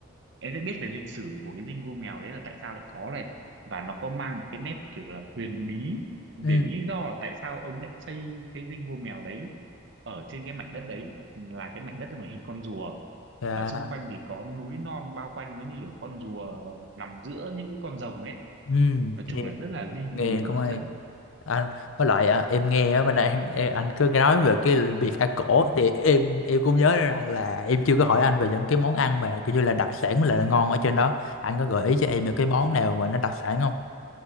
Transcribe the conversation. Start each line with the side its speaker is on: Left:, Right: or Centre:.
Right: em sẽ biết về lịch sử của cái dinh vua mèo đấy là tại sao lại có này và nó có mang một cái nét kiểu là huyền bí về
Left: ừ
Right: lý do là tại sao ông lại xây cái dinh vua mèo đấy ở trên cái mảnh đất đấy là cái mảnh đất mà hình con rùa
Left: dạ
Right: và xung quanh thì có núi non bao quanh nó như kiểu con rùa nằm giữa những con rồng ấy
Left: ừ
Right: nói
Left: nghe
Right: chung là rất là ly
Left: nghe
Right: kỳ và
Left: cũng
Right: hấp
Left: hay
Right: dẫn
Left: anh với lại à, em nghe á bên đây em, em anh cứ nói về cái việc ăn cổ thì em em cũng nhớ ra rằng là em chưa có hỏi anh về những cái món ăn mà kiểu như là đặc sản với lại là ngon ở trên đó anh có gợi ý cho em những cái món nào mà nó đặc sản không